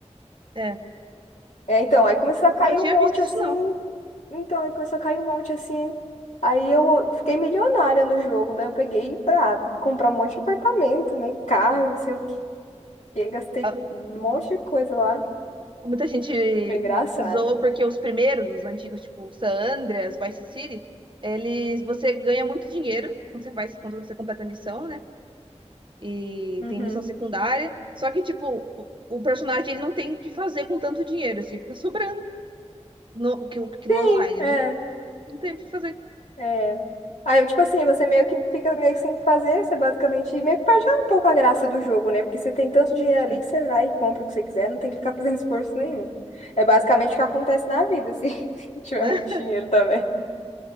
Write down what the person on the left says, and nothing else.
É, então, aí começou a cair
um monte
assim.
Então, aí começou a cair um monte assim. Aí eu fiquei milionária no jogo. Daí eu peguei pra comprar um monte de apartamento, né? Carro, não sei o quê. Gastei
um monte de coisa lá.
Foi engraçado.
Uhum.
Sim,
é,
é. Aí, tipo assim, você meio que fica meio que sem fazer, você basicamente meio que perde um pouco a graça do jogo, né? Porque você tem tanto dinheiro ali
que você vai e compra o que você quiser, não tem que ficar fazendo <laughs> esforço nenhum. É basicamente o que acontece na vida, se <laughs> se tiver
muito dinheiro também.